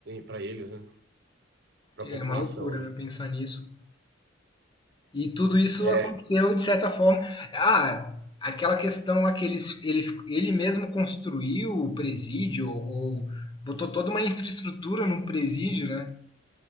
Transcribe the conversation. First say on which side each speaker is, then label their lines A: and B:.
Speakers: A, on the right (about 60°); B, on the left (about 25°).
A: para eles, né? Para
B: É
A: a população,
B: uma loucura,
A: né?
B: né? Pensar nisso. E tudo isso
A: É,
B: aconteceu de certa forma. Ah, aquela questão lá que ele, ele, ele mesmo construiu o presídio, ou botou toda uma infraestrutura no presídio, né?